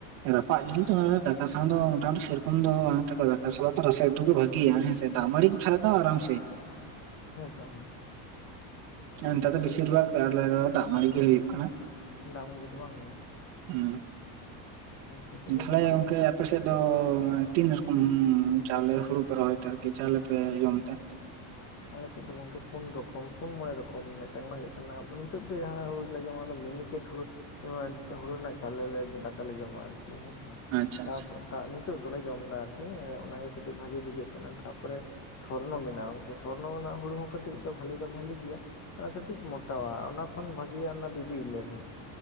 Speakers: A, on the right; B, on the left.
A: ᱨᱟᱯᱟᱜ ᱡᱤᱞ ᱫᱚ ᱫᱟᱠᱟ ᱥᱟᱶ ᱫᱚ ᱟᱨᱟᱢ ᱥᱮᱨᱚᱠᱚᱢ ᱫᱚ ᱵᱟᱝ ᱫᱟᱠᱟ ᱥᱟᱜ ᱨᱟᱥᱮ ᱩᱫᱜ ᱜᱮ ᱵᱷᱟᱜᱮᱭᱟ ᱦᱮᱸᱥᱮ ᱫᱟᱜ ᱢᱟᱹᱲᱤ ᱠᱷᱟᱱ ᱫᱚ ᱟᱨᱟᱢ ᱥᱮ
B: ᱦᱮᱸᱛᱚ
A: ᱦᱮᱸ
B: ᱟᱫᱚ
A: ᱛᱮ ᱫᱚ ᱵᱮᱥᱤᱨ ᱵᱷᱟᱜᱽ ᱟᱞᱮ ᱫᱚ ᱫᱟᱜ ᱢᱟᱹᱰᱤ ᱜᱮ ᱦᱩᱭᱩᱜ ᱠᱟᱱᱟ
B: ᱫᱟᱜ ᱢᱟᱹᱰᱤ ᱠᱚ ᱵᱟᱝ
A: ᱦᱮᱸ
B: ᱴᱷᱤᱠ ᱴᱷᱟᱠ ᱜᱚᱝᱠᱮ
A: ᱛᱟᱦᱚᱞᱮ
B: ᱫᱟᱜ
A: ᱜᱚᱢᱠᱮ ᱟᱯᱮᱥᱮᱫ ᱫᱚ ᱢᱟᱱᱮ ᱛᱤᱱ ᱨᱚᱠᱚᱢ ᱪᱟᱣᱞᱮ ᱦᱩᱲᱩ ᱯᱮ ᱨᱚᱦᱚᱭ ᱛᱮ ᱟᱨᱠᱤ ᱪᱟᱣᱞᱮ ᱯᱮ ᱡᱚᱢ ᱛᱮ
B: ᱟᱞᱮᱥᱮᱫ ᱫᱚ ᱜᱚᱢᱠᱮ ᱯᱩᱱ ᱨᱚᱠᱚᱢ ᱯᱩᱱ ᱢᱚᱬᱮ ᱨᱚᱠᱚᱢ ᱢᱤᱫᱴᱮᱱ ᱫᱚ ᱦᱩᱭᱩᱜ ᱠᱟᱱᱟ ᱱᱤᱛᱳ ᱫᱚ ᱡᱟᱦᱟᱸ ᱦᱩᱲᱩ ᱡᱮ ᱚᱱᱟ ᱫᱚ ᱢᱤᱱᱤ ᱠᱮᱴ ᱦᱩᱲᱩ ᱦᱩᱲᱩ ᱨᱮᱱᱟᱜ ᱪᱟᱣᱞᱮ ᱫᱟᱠᱟ ᱞᱮ ᱡᱚᱢᱟ ᱟᱨᱠᱤ ᱦᱮᱸᱥᱮ
A: ᱟᱪᱪᱷᱟ
B: ᱛᱟᱨᱯᱚᱨᱮ
A: ᱟᱪᱪᱷᱟ
B: ᱱᱤᱛᱚᱜ ᱫᱚᱞᱮ ᱡᱚᱢ ᱮᱫᱟ ᱟᱨᱠᱤ ᱚᱱᱟᱜᱮ ᱠᱟᱹᱴᱤᱡ ᱵᱷᱟᱜᱤ ᱵᱩᱡᱷᱟᱹᱜ ᱠᱟᱱᱟ ᱛᱟᱯᱚᱨᱮ ᱥᱚᱨᱱᱚ ᱢᱮᱱᱟᱜᱼᱟ ᱚᱱᱠᱮ ᱥᱚᱨᱱᱚ ᱨᱮᱱᱟᱜ ᱦᱩᱲᱩ ᱦᱚᱸ ᱠᱟᱹᱴᱤᱡ ᱫᱚ ᱵᱟᱹᱞᱮ ᱫᱚ ᱵᱟᱹᱞᱤ ᱜᱮᱭᱟ ᱠᱟᱹᱴᱤᱡ ᱢᱳᱴᱟᱣᱟ ᱚᱱᱟ ᱠᱷᱚᱱ ᱵᱷᱟᱜᱮᱭᱟ ᱚᱱᱟ ᱵᱤᱵᱤ ᱮᱞᱮᱣᱮᱱ